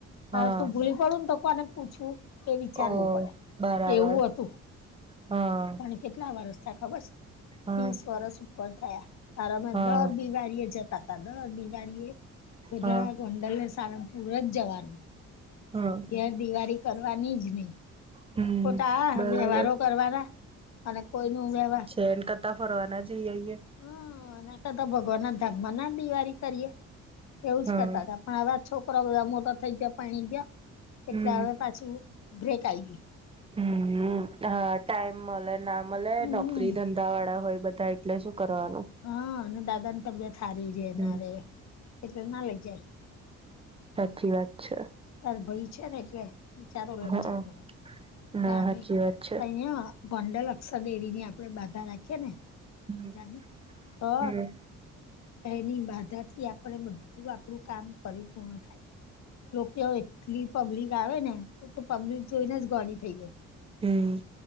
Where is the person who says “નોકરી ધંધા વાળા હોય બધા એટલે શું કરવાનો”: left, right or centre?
Right